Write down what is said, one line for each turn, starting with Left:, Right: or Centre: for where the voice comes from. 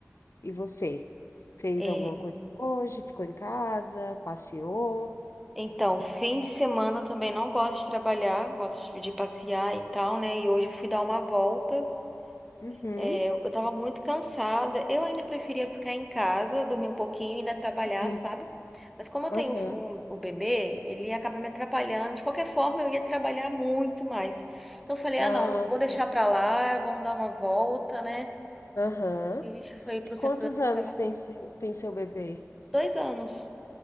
Left: E você? Fez
Centre: É,
Left: alguma coisa hoje? Ficou em casa? Passeou?
Centre: então, fim de semana eu também não gosto de trabalhar, gosto de de passear e tal, né? E hoje eu fui dar uma volta.
Left: Uhum.
Centre: É, eu eu tava muito cansada. Eu ainda preferia ficar em casa, dormir um pouquinho e ainda trabalhar,
Left: Sim.
Centre: sabe? Mas como eu
Left: Aham.
Centre: tenho um, um um bebê, ele acaba me atrapalhando. De qualquer forma, eu ia trabalhar muito mais. Então eu falei,
Left: Ah,
Centre: ah, não, vou
Left: sim.
Centre: deixar pra lá, vamos dar uma volta, né?
Left: Aham.
Centre: E a gente foi pro
Left: E quantos
Centre: centro da cidade.
Left: anos tem seu, tem seu bebê?
Centre: Dois anos.